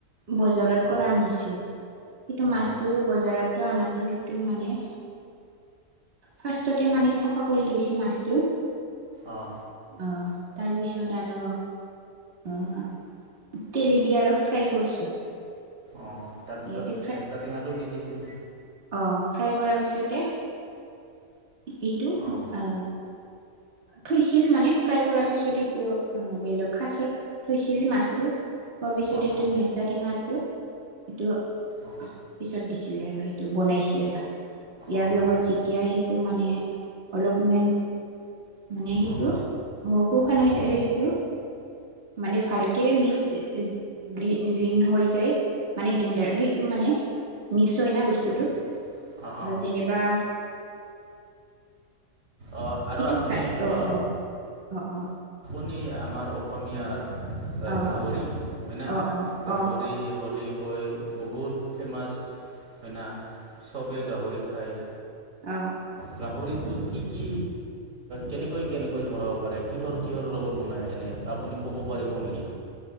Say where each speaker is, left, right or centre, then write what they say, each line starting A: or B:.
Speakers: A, on the right; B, on the right.
A: বজাৰত পৰা
B: অঁ
A: আনিছো সেইটো মাছটো
B: অঁ
A: বজাৰত টো আনাটো সেইটো মানে ফাৰ্ষ্টতে মানে চাফা কৰি লৈছে মাছটো
B: আহ
A: অ তাৰপিছত আৰু আহ তেলদি আৰু ফ্ৰাই কৰিছো
B: অ তাৰপিছত
A: ইয়াতে
B: মেচকা টেঙাটো দি দিছে
A: আহ ফ্ৰাই কৰাৰ পিছতে এইটো
B: অঁ
A: আহ থৈছিল মানে ফ্ৰাই কৰাাৰ পিছত এইটো বেলেগ খাচত থৈছিল মাছটো হোৱাৰ পিছত
B: অঁ
A: এইটো
B: অঁ
A: মেচকা টেঙাটো এইটো
B: অঁ
A: পিছত দিছিলে আৰু সেইটো বনাইছে আৰু ইয়াৰ
B: অঁ অঁ
A: লগত যেতিয়া সেইটো মানে অলপমান মানে সেইটো
B: অঁ অঁ
A: অ শুকান
B: অঁ
A: হৈ যায় সেইটো মানে ভালকে মিচ গ গ্ৰীণ হৈ যায় মানে গ্ৰিণ্ডাৰ সেইটো মানে মিক্স হয় ন বস্তুটো
B: অঁ অঁ অঁ
A: যেনিবা
B: অ' আৰু
A: সেইটো
B: আপুনি
A: ভাল
B: কোৱা
A: অ অ অ অ
B: আপুনি আমাৰ অসমীয়াৰ
A: অ
B: গাহৰি হয় ন
A: অ অ
B: গাহৰি
A: অ
B: হ'লে কৈ বহুত ফেমাছ হয়না চবেই গাহৰি খায়
A: আহ
B: গাহৰিতটো কি কি কেনেকৈ কেনেকৈ বনাব পাৰে কিহৰ কিহৰ লগত বনাই এনে আপুনি ক'ব পাৰিব নেকি